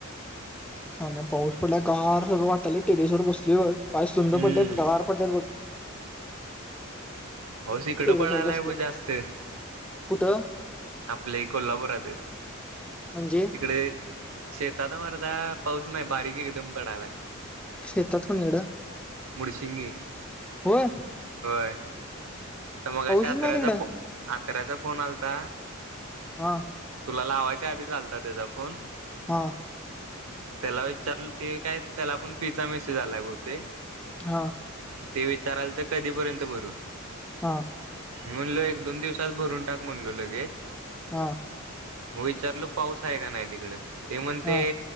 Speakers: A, in the centre; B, on the right (about 85°).
A: शान्या पाऊस पडला गार सगळं वाटाले टेरेसवर बसलीवरग पाय सुंद
B: हम्म.
A: पडलेत गर पडल्यात बघ
B: हो श इकडं
A: टेरेसवर
B: पडायलाय
A: बसलोय
B: ब जास्त
A: कुठं
B: आपले कोल्हापुरात
A: म्हणजे
B: इिकडे शता मार आ पाऊस नाही बारीक एकदम पडायला
A: शेतात पण इकडं
B: मुडसिंगी
A: होय
B: होय तर मग अशा
A: पाऊसच
B: आतरा्याचा
A: नाही तिकडं
B: फ आतऱ्याचा फोन आलता
A: हा
B: तुला लावायच्या आधी चालत त्याचा फोन
A: हा
B: त्याला विचारलं ते काय त्याला पण फीचा मेसेज आलाय बहते
A: हा
B: ते विचाराल तर कधीपर्यंत भरू
A: हा
B: मी म्हणलो एक दोन दिवसात भरून टाक म्हणलो लगेच
A: हा
B: म विचारल पाऊस आहे का नाही तिकड ते म्हणते
A: हा